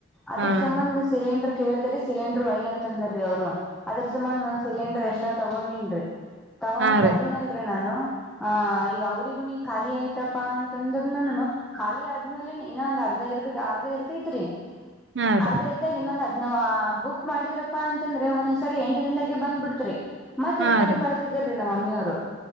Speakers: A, in the centre; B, on the right (about 65°).
A: ಅದ್ರ
B: ಹಾ
A: ಸಂಬಂಧ
B: ರೀ
A: ಸಿಲಿಂಡ್ರ ಕೇಳಿದೇ ರೀ ಸಿಲಿಂಡ್ರು ವಯಿ ಅಂತಂದಾರೀ ಅವ್ರು‌. ಅದ್ರ ಸಂಬಂಧ ಒಂದ್ ಸಿಲಿಂಡರ್ ಎಕ್ಟ್ರಾ ತಗೊಂಡಿನ್ರಿ ತಗೊಂಡ್
B: ಹಾ
A: ತಂದಿನಲ್ರಿ
B: ರೀ
A: ನಾನು. ಆ ಈಗ ಅವ್ರಿಗೂ ನಿನ್ ಖಾಲಿ ಆಯ್ತಪಾ ಅಂತಂದ್ರನುನೂ. ಖಾಲಿ ಆದ್ಮೇಲೆನೆ ಇನ್ನು ಒಂದ್ ಅರ್ಧ ಇರ್ಬೇಕ್ ಅರ್ಧ ಇರ್ತೈತ್ರಿ.
B: ಹಾ ರೀ
A: ಅರ್ಧ ಇದ್ದಾಗ್ ಇನ್ನೊಂದ್ ಹದ್ನ ಬುಕ್ ಮಾಡಿದ್ರಪ್ಪಾ ಅಂತಂದ್ರೆ ಒ ಸರಿ ಎಂಟ್ ದಿಂದಾಗಿ ಬಂದ್ ಬಿಡ್ತ್ರಿ ಮತ್
B: ಹಾ
A: ರಿಟರ್ನ್
B: ರೀ ಹಾ ರೀ
A: ಕಳಸಿದಿರೀ ನಮ ಮಮ್ಮಿಯಾರು.